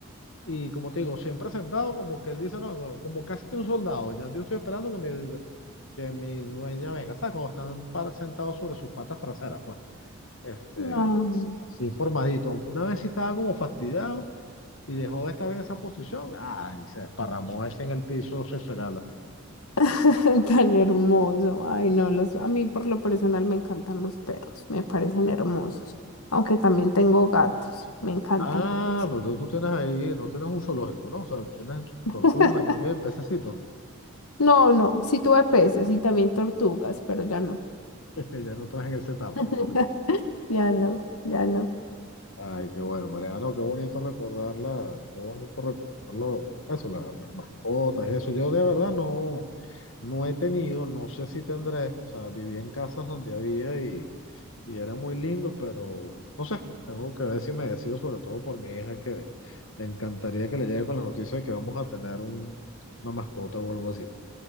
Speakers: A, on the left (about 65°); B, on the left (about 85°).
A: y como te digo, siempre sentado, como que él dice, no, como como casi que un soldado, ya yo estoy esperando que mi, que mi dueña venga, ¿sabes? Cuando están par- sentados sobre sus patas traseras, pues este,
B: no
A: así formadito, aunque una vez sí estaba como fastidiado y dejó de estar en esa posición, ay, se desparramó ese en el piso esperarla.
B: <laughs> Tan hermoso. Ay, no, los, a mí por lo personal me encantan los perros, me parecen hermosos. Aunque también tengo gatos, me encantan.
A: Ah,
B: Los-
A: pero tú, tú tienes ahí, no tienes un zoológico, ¿no? O sea, tienes
B: <laughs>
A: tortugas también, pececitos. <laughs>
B: No, no, sí tuve peces y también tortugas, pero ya no.
A: Ya no estás en esa etapa.
B: <laughs> Ya no, ya no.
A: Ay, qué bueno, Mariano, qué bonito recordarla, qué bonito recordarlo. Eso, la- las mascotas y eso. Yo de verdad no, no he tenido, no sé si tendré. O sea, viví en casas donde había y y era muy lindo, pero no sé, tengo que ver si me decido sobre todo por mi hija que le encantaría que le llegue con la noticia de que vamos a tener un- una mascota o algo así.